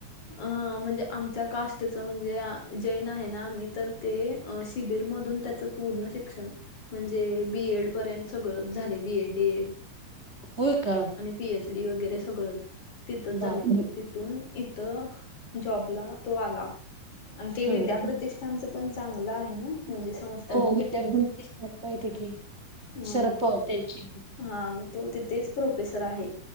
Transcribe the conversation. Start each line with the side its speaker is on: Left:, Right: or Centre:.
Left: आ म्हणजे आमच्या कास्टचं म्हणजे आ जैन आहे ना आम्ही तर ते अ शिबिर मधून त्याचं पूर्ण शिक्षण म्हणजे बीएड पर्यंत सगळंच झालय. B.Ed D.Ed.
Right: होय का.
Left: पीएचडी वगैरे सगळं, तिथच
Right: बापरे
Left: झालय मग तिथून इथं जॉबला तो आला आणि ते विद्याप्रतिष्
Right: हम्म.
Left: त्यांचं पण चांगलं आहे ना म्हणजे सं
Right: हो <unintelligible> माहितीये की
Left: ह
Right: शरद
Left: मग
Right: पवार
Left: तो
Right: त्यांची
Left: हा मग तो तिथेच प्रोफेसर आहे